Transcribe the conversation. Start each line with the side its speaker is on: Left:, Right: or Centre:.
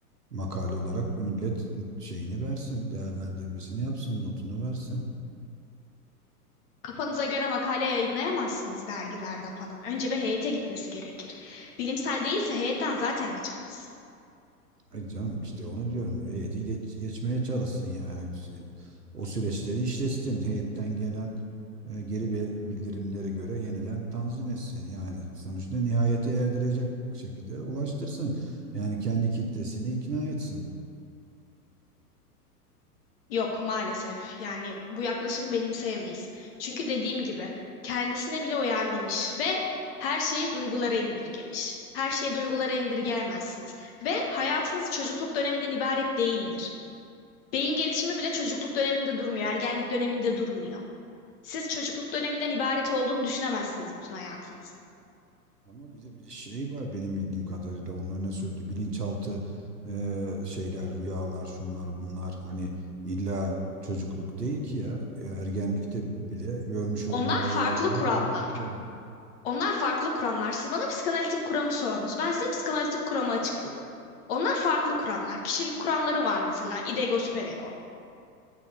Right: Makale olarak millet şeyini versin, değerlendirmesini yapsın, notunu versin.
Left: Kafanıza göre makale yayınlayamazsınız dergilerde falan. Önce bir heyete gitmesi gerekir. Bilimsel değilse heyetten zaten geçemez.
Right: Ay canım işte onu diyorum. Heyeti geç, geçmeye çalışsın yani. Şey, O süreçleri işletsin. Heyetten gelen e, geri be- bildirimlere göre yeniden tanzim etsin. Yani sonuçta nihayete erdirecek şekilde ulaştırsın. Yani kendi kitlesini ikna etsin.
Left: Yok maalesef. Yani bu yaklaşımı benimseyemeyiz. Çünkü dediğim gibi kendisine bile uyarlamış ve her şeyi duygulara indirgemiş. Her şeyi duygulara indirgeyemezsiniz. Ve hayatınız çocukluk döneminden ibaret değildir. Beyin gelişimi bile çocukluk döneminde durmuyor, ergenlik döneminde durmuyor. Siz çocukluk döneminden ibaret olduğunu düşünemezsiniz bütün hayatınızın.
Right: Ama bir de bir şey var benim bildiğim kadarıyla onun öne sürdüğü bilinçaltı e, şeyler, rüyalar, şunlar bunlar hani illa çocukluk değil ki ya E, ergenlikte bile görmüş olduğu
Left: Onlar
Right: rüyaların
Left: farklı kuramlar.
Right: etkisi.
Left: Onlar farklı kuramlar. Siz bana psikanalitik kuramı sordunuz. Ben size psikanalitik kuramı açıkladım. Onlar farklı kuramlar. Kişilik kuramları var mesela. İdego, süperego